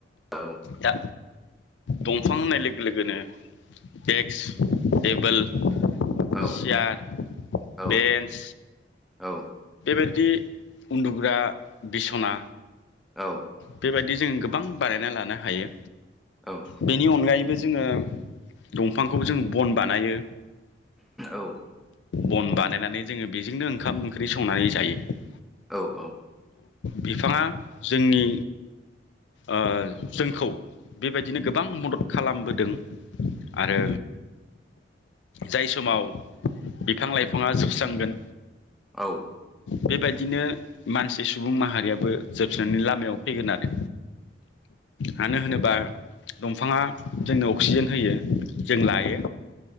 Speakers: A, in the centre; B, on the left (about 75°).
A: औ।
B: दा दंफां होननाय लोगो लोगोनो एक्स टेबोल चयार
A: औ औ
B: बेन्स
A: औ।
B: बेदि उन्दुग्रा बिसना
A: औ
B: बेबायदि जों गोब गोबां बानायना लानो हायो।
A: औ
B: बेनि अनगायैबो जोङो दंफांखौ जों बन बानायो।
A: औ।
B: बन बानायनानै जोङो बेजोंनो ओंखाम ओंख्रि संनानै जायो।
A: औ औ।
B: बिफाङा जोंनि ओ जोंखौ बेबायदिनो गोबां मदद खालामबोदों आरो जाय समाव बिफां लाइफाङा जोबस्रांगोन
A: औ
B: बेबायदिनो मानसि सुबुं माहारियाबो जोब नि लामायाव फैगोन आरो मानो होनोबा दंफाङा जोंनो अक्सिजेन होयो जों लायो